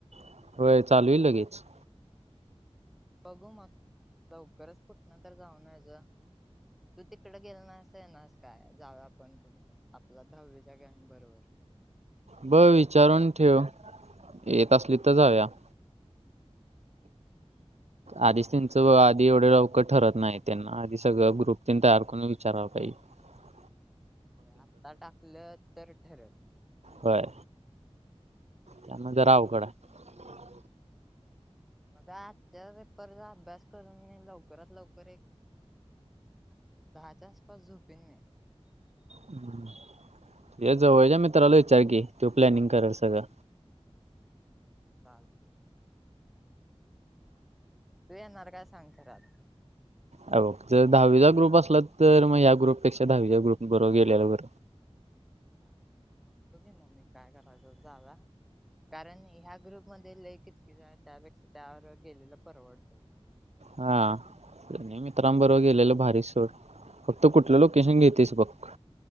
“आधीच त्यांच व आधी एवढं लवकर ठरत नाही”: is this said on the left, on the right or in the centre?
Right